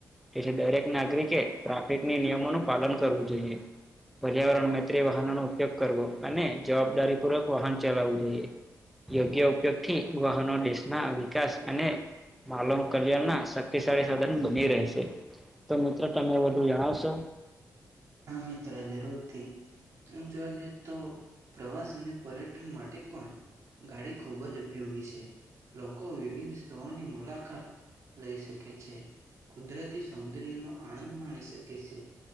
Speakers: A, in the centre; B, on the right (about 55°).
A: જેથી દરેક નાગરિકે ટ્રાફિકની નિયમોનું પાલન કરવું જોઈએ. પર્યાવરણ મત્રે વાહનોનો ઉપયોગ કરવો અને જવાબદારી પૂર્વક વાહન ચલાવવું જોઈએ. યોગ્ય ઉપયોગ થી વાહનો દેશના વિકાસ અને માલવ કલ્યાણ ના શક્તિશાળી સાધન બની રહેશે. તો મિત્રો તમે વધુ જણાવશો?
B: હા મિત્ર જરૂરથી આમ જોવા જઈ તો પ્રવાસ અને પર્યટન માટે પણ ગાડી ખૂબ જ ઉપયોગી છે લોકો વિવિધ સ્થળની મુલાકાત લઈ શકે છે કુદરતી સૌંદર્ય નો આનંદ માણી શકે છે.